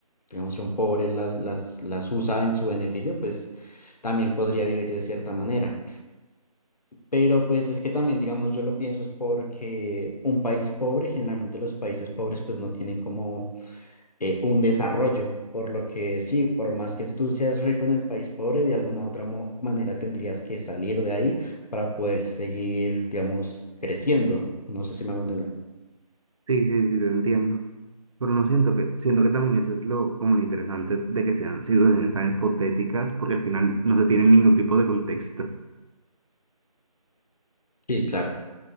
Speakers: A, on the left; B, on the right.
A: digamos, si un pobre las, las, las usa en su beneficio, pues también podría vivir de cierta manera. Pero pues es que también, digamos, yo lo pienso es porque un país pobre, generalmente los países pobres pues no tienen como eh, un desarrollo, por lo que sí, por más que tú seas rico en el país pobre, de alguna otra mo- manera tendrías que salir de ahí para poder seguir, digamos, creciendo. No sé si me hago entender.
B: Sí, sí, sí, te entiendo. Pero no siento que, siento que también eso es lo como lo interesante de que sean situaciones tan hipotéticas, porque al final no se tiene ningún tipo de contexto.
A: Sí, claro.